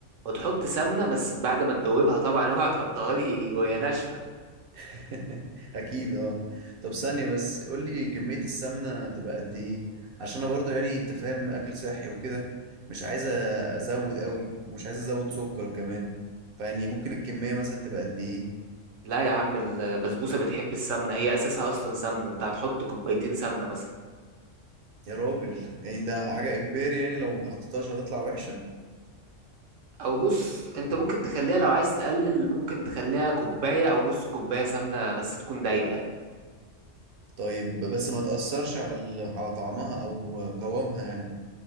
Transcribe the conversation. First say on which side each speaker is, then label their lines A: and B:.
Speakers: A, on the right; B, on the right.
A: وتحط سمنة بس بعد ما تدوبها طبعا <laughs> اوعى تحطها لي وهي ناشفة
B: <laughs> اكيد اه طب ثانية بس قول لي كمية السمنة تبقى قد ايه عشان انا برضو يعني انت فاهم اكل صحي وكده مش عايز ازود قوي ومش عايز ازود سكر كمان فيعني ممكن الكمية مثلا تبقى قد ايه
A: لا يا عم البسبوسة بتحب السمنة هي اساسها اصلا سمنة انت هتحط كوبايتين سمنة مثلا
B: يا راجل يعني ده حاجة اجباري يعني لو ما حطيتهاش هتطلع وحشة
A: او بص انت ممكن تخليها لو عايز تقلل ممكن تخليها كوباية او نص كوباية سمنة بس تكون دايبة يعني
B: طيب بس ما تأثرش على ال... على طعمها أو قوامها يعني